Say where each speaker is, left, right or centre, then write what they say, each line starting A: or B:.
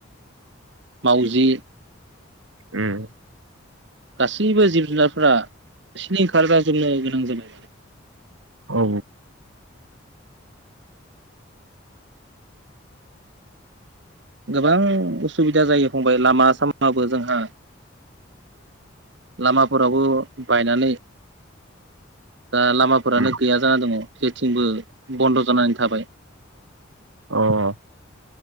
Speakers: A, on the right; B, on the right.
A: माउजि
B: उम
A: गासैबो जिब जुनारफोरा सिलिंखार जाजोबनो गोनां जाबाय
B: औ
A: गोबां उसुबिदा जायो फंबाय लामा सामाबो जोंहा लामाफोरावबो बायनानै दा लामाफोरानो
B: अ
A: गैया जाना दङ थिंबो बन्द' जानानै थाबाय
B: ओमफ्राय